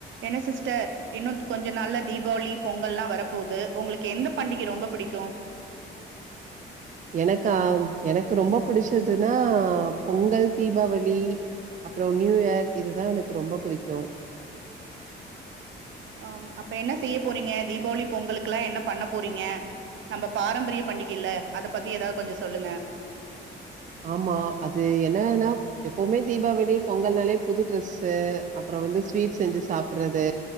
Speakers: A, on the right (about 70°); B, on the right (about 40°).
A: என்ன சிஸ்டர் இன்னு கொஞ்ச நாள்ள தீபாவளி பொங்கல் எல்லா வரப்போது உங்களுக்கு எந்த பண்டிகை ரொம்ப பிடிக்கு
B: எனக்கா எனக்கு ரொம்ப புடிச்சதுன்னா பொங்கல் தீபாவளி அப்புறோ நியூ இயர் இதுதா எனக்கு ரொம்ப பிடிக்கு
A: ஆ ம் அப்ப என்ன செய்ய போறீங்க தீபாவளி பொங்கலுக்குல்லா என்ன பண்ண போறீங்க நம்ம பாரம்பரிய பண்டிகை இல்ல அத பத்தி ஏதாவது கொஞ்சோ சொல்லுங்க
B: ஆமா அது என்னன்னா எப்பவுமே தீபாவளி பொங்கல்னாலே புது டிரரெஸ்ஸு அப்புறோ வந்து ஸ்வீட் செஞ்சு சாப்புறது